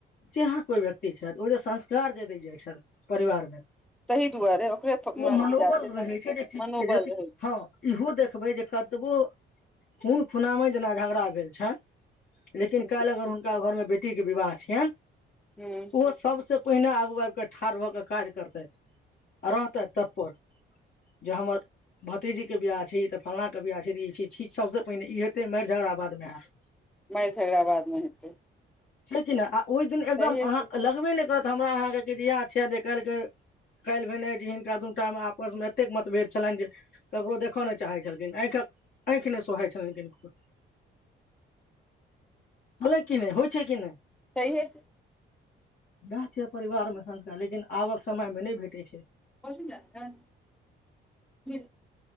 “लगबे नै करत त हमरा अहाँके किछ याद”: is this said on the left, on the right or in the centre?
Left